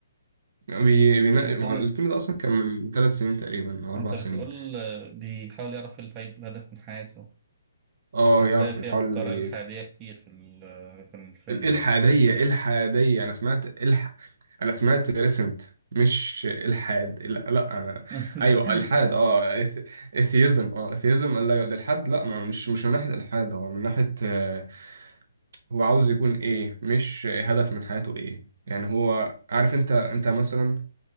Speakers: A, on the right; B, on the right.
A: بي... بينا...
B: أنت
A: ما
B: طيب،
A: هو الفيلم ده أصلا كان من ثلاث سنين تقريبا أو أربع
B: أنت
A: سنين
B: بتقول آه، بيحاول يعرف الفايد- الهدف من حياته
A: أه
B: هتلاقي
A: يعرف
B: فيه
A: يحاول
B: أفكار
A: ي...
B: إلحادية كتير في ال- في الفيلم
A: ال- الحادية
B: ده
A: الحادية أنا سمعت الح... أنا سمعت ريسنت مش الحاد لا, لا انا
B: <laughs>
A: ايوه الحاد اه اثيزم اه اثيزم لا الالحاد لا ما مش مش من ناحيه الحاد هو من ناحيه آه، هو عاوز يكون ايه مش هدف من حياته ايه يعني هو عارف انت انت مثلا